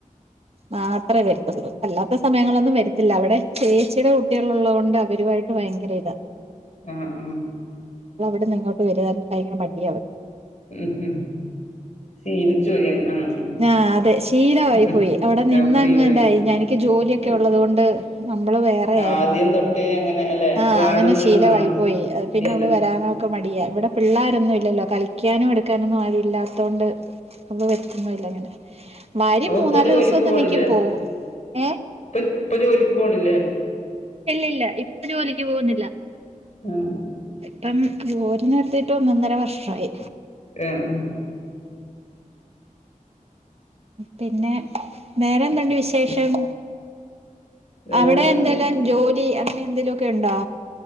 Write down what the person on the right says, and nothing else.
മാത്രമേ വരുത്തുള്ളൂ അല്ലാത്ത സമയങ്ങളൊന്നും വരത്തില്ല അവിടെ ചേച്ചിയുടെ കുട്ടികള് ഉള്ളകൊണ്ട് അവരുമായിട്ട് ഭയങ്കര ഇതാ
വിടുന്ന് ഇങ്ങോട്ട് വരാൻ ഭയങ്കര മടിയ അവ
ആ അതെ ശീലമായി
പോയി അവിടെ നിന്നങ്ങ്
ഇതായി എനിക്ക് ജോലിയൊക്കെ
ഉള്ളത് കൊണ്ട് നമ്മള് വേറെ ആയിരുന്നു
ആഹ്
അങ്ങനെ ശീലമായി
പോയി പിന്നെ
അവള് വരാനൊ മടിയ ഇവിടെ പിള്ളോരൊന്നും ഇല്ലല്ലോ കളിക്കാനും എടുക്കാനൊന്നും ആരു ഇല്ലാത്തൊണ്ട് അപ്പ വരുത്തൊന്നുല്ല അങ്ങനെ വരും
മൂന്നാലു
ദിവസം ഒന്ന്
നിക്കും പോകും ഏഹ്
ഇല്ല ഇല്ല ഇപ്പൊ ജോലിക്ക് പോകുന്നില്ല
ഇപ്പം ജോലി നിർത്തിയിട്ട് ഒന്നൊന്നര വർഷായി
പിന്നെ വേറെന്തൊണ്ട് വിശേഷം
അവിടെ എന്തെല്ലാം
ജോലി അങ്ങനെ എന്തെലുഒക്കെ ഉണ്ടോ